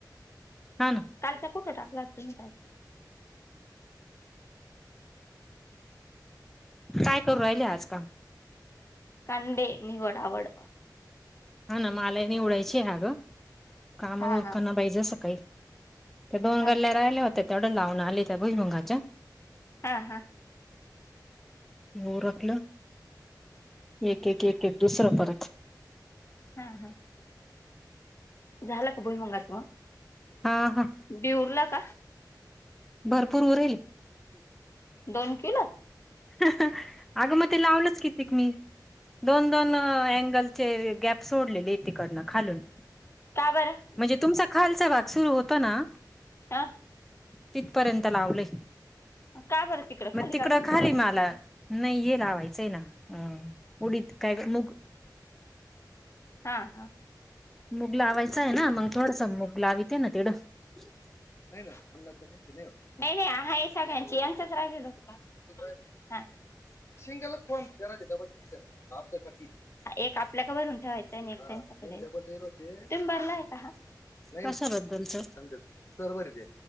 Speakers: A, in the centre; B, on the left.
A: <inaudible> हा ना.
B: कालचा कठो टाकला तु्ी.
A: काय करू राहिले आज
B: का
A: काम
B: कांदे निवड आवड.
A: हा ना मलानेवडायची हगं काम
B: हा
A: उरकना
B: हा
A: पाहिजे सकाळी. त्या दोन
B: हा
A: गल्ल्या
B: ना
A: राहिल्या होत्या तेवढ्या लावून आले त्या भुई मुंग्यांच्या.
B: हा हा.
A: होरखलं एक एक एक एक दुसरं परत.
B: हा हा झाला का बहिमुगाच मग
A: हा हा.
B: बि उरला का?
A: भरपूर उरेल.
B: दोन किलो.
A: <unintelligible> अगं मग ते लावलंच कितीक मी. दोन दोन अँगलचे गॅप सोडलेले एक तीकडनं खालून.
B: का बरं
A: म्हणजे तुमचा खालचा भाग सुरू होतो ना?
B: हा
A: तिथपर्यंत लावलय
B: का बरं खाली
A: मग तिकडं
B: का बरं नाही
A: खाली
B: लावलं
A: माल नाही ये लावायचंय ना अ उडीत काय मुग
B: हा हा
A: मुग लावायचां आहे ना मग थोडस मुग लाविते ना तिकडं <inaudible>
B: नाही ना <unintelligible> <unintelligible> नाही नाही आहे हे सगळ्यांची यायच - राहिलेलं होत <unintelligible> हा सिंगलच फोन करायच डबलच नही कराच आपल्या साठी एक आपल्याक भरून ठेवायचं? सैनिक त्यांच्या कडे तुम्ही भरलाय का हा नाही
A: कशाबद्दलच
B: नाही <unintelligible> सव्हर हाय ते